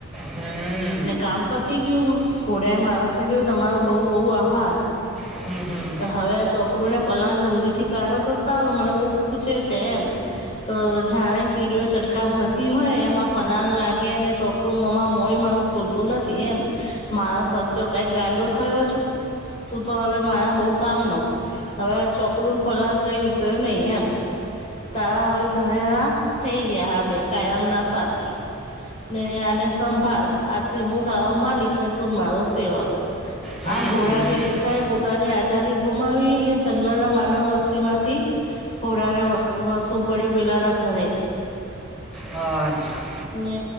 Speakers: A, in the centre; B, on the left.
A: હમ,
B: ને કામ પથી ગયું ઘોડા એ માણસ ને ગયો તમારો બઉ બહુ આભાર
A: <unintelligible>
B: પણ હવે આ છોકડું ને પલા જલ્દી થી કાઢો તો સારું મને બહુ ખૂચે છે એમ તો જાણે કીડીઓ ચટકા ભતી હોય એમાં પલાન લાગે અને ચોકટું મોમાં મોઈ મારું ખૂલતું નથી એમ મારા સસ્યો કંઈક ગાંડો થયો છે. તું તો હવે મારા બઉ કામ નો હવે આ ચોકડું ન પલાંગ કઈ ઉતરે નહી એમ તારા હવે ઘરેણા થઈ ગયા હા બે કાયમના સાથી ને આને સંભાળ આથી હું તારો માલિક ને તું મારો સેવક
A: હમ, હમ, હમ,
B: આમ ઘોડાની
A: હમ.
B: ઈર્ષાએ પોતાની આઝાદી ગુમાવીને જંગલના માનવ વસ્તીમાંથી પુરાણે વસવુ પડ્યુ પલાં ના ઘરે
A: હા અચ્છા
B: ને